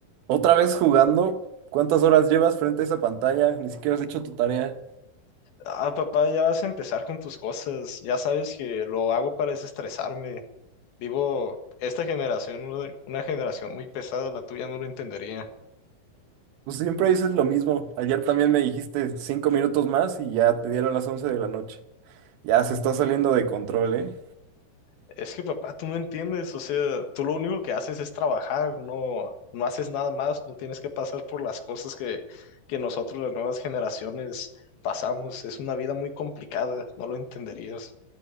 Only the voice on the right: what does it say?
Otra vez jugando. ¿Cuántas horas llevas frente a esa pantalla? Ni siquiera has hecho tu tarea.
Pues siempre dices lo mismo. Ayer también me dijiste cinco minutos más y ya te dieron las once de la noche. Ya se está saliendo de control, ¿eh?